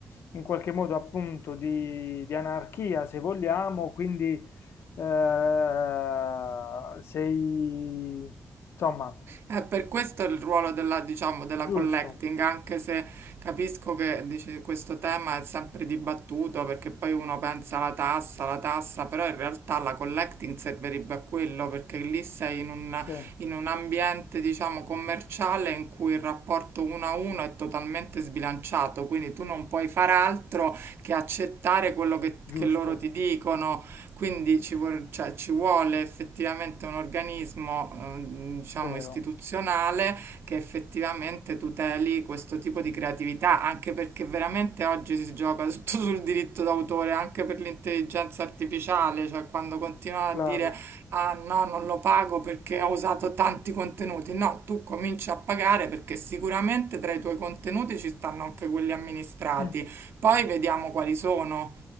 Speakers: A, on the left; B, on the right.
A: in qualche modo appunto, di, di anarchia, se vogliamo, quindi eh, sei, insomma...
B: Eh, per questo il ruolo della, diciamo, della
A: Giusto,
B: collecting, anche se capisco che dice, questo tema è sempre dibattuto perché poi uno pensa alla tassa, alla tassa, però in realtà la collecting servirebbe a quello perché lì sei in un,
A: sì,
B: in un ambiente, diciamo, commerciale in cui il rapporto uno a uno è totalmente sbilanciato, quindi tu non puoi fare altro che accettare quello che
A: giusto,
B: che loro ti dicono, quindi ci, vor- cioè, ci vuole effettivamente un organismo, ehm, diciamo,
A: vero,
B: istituzionale che effettivamente tuteli questo tipo di creatività, anche perché veramente oggi si gioca <laughs> tutto sul diritto d'autore, anche per l'intelligenza artificiale, cioè quando continuano
A: claro.
B: a dire ah no, non lo pago perché ho usato tanti contenuti. No, tu cominci a pagare perché sicuramente tra i tuoi contenuti ci stanno anche quelli amministrati.
A: <laughs>
B: Poi vediamo quali sono.